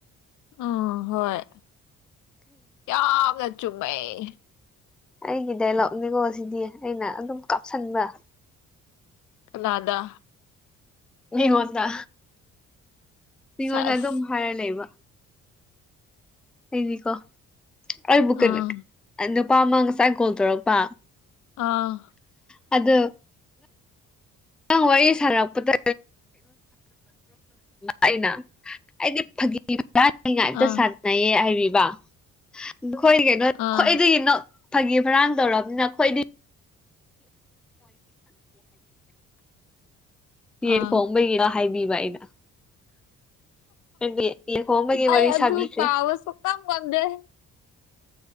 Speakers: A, on the left; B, in the centre.
A: ꯎꯝ ꯍꯣꯏ ꯌꯥꯝꯅ ꯆꯨꯝꯃꯦꯩ
B: ꯑꯩꯒꯤ ꯗꯥꯏꯂꯣꯛꯅꯦꯀꯣ ꯁꯤꯗꯤ ꯑꯩꯅ ꯑꯗꯨꯝ ꯀꯥꯞꯁꯤꯟꯕ
A: ꯂꯥꯗꯥ
B: ꯌꯦ ꯍꯣꯗ ꯑꯩꯉꯣꯟꯗ
A: ꯁꯦꯁ
B: ꯑꯗꯨꯝ ꯍꯥꯏꯔ ꯂꯩꯕ ꯑꯩꯗꯤꯀꯣ ꯑꯩꯕꯨ ꯀꯩꯅꯣ
A: ꯑꯥ
B: ꯅꯨꯄꯥ ꯑꯃ ꯉꯁꯥꯏ ꯀꯣꯜ ꯇꯧꯔꯛꯄ
A: ꯑꯥ
B: ꯑꯗ ꯑꯥꯡ ꯋꯥꯔꯤ ꯁꯥꯟꯅꯔꯛꯄꯗ꯭ꯔ ꯍꯥꯏꯅ ꯑꯩꯗꯤ ꯐ ꯉꯥꯏꯝꯇ
A: ꯑꯥ
B: ꯁꯥꯟꯅꯩꯌꯦ ꯍꯥꯏꯕꯤꯕ ꯅꯣꯏ ꯀꯩꯅꯣ
A: ꯑꯥ
B: ꯈ꯭ꯋꯥꯏꯗꯒꯤꯅꯣ ꯐꯥꯒꯤ ꯃꯔꯥꯡ ꯇꯧꯔꯕꯅꯤꯅ ꯑꯩꯈꯣꯏꯗꯤ ꯌꯦ
A: ꯑꯥ
B: ꯀꯣꯝꯕꯔ ꯍꯥꯏꯕꯤꯕ ꯑꯩꯅ ꯑꯗꯨꯗꯤ ꯌꯦꯟ ꯈꯣꯡꯕꯒꯤ
A: ꯑꯩ
B: ꯋꯥꯔꯤ
A: ꯑꯗꯨ
B: ꯁꯥꯕꯤꯈ꯭ꯔꯦ
A: ꯀꯥꯎꯁꯨꯣ ꯀꯝ ꯀꯗꯦ ꯎꯝ